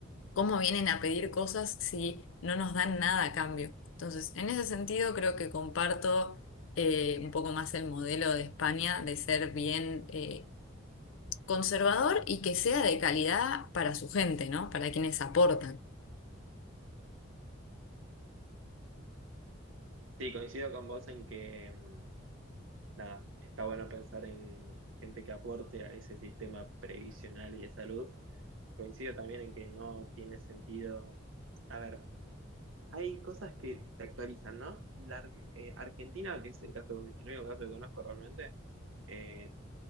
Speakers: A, on the left; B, on the right.
A: ¿cómo vienen a pedir cosas si no nos dan nada a cambio? Entonces, en ese sentido creo que comparto eh, un poco más el modelo de España de ser bien eh, conservador y que sea de calidad para su gente, ¿no? Para quienes aportan.
B: Sí, coincido con vos en que, mm, nada, está bueno pensar en gente que aporte a ese sistema previsional y de salud. Coincido también en que no tiene sentido. A ver, hay cosas que se actualizan, ¿no? La, Ar- eh, Argentina, que es el caso, el único caso que conozco realmente, eh,